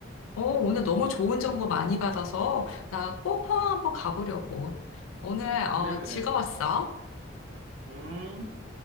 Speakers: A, on the left; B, on the right.
A: 어, 오늘 너무 좋은 정보 많이 받아서, 나 꼭 포항 한번 가보려고. 오늘, 어,
B: 그래, 그래.
A: 즐거웠어.
B: 음.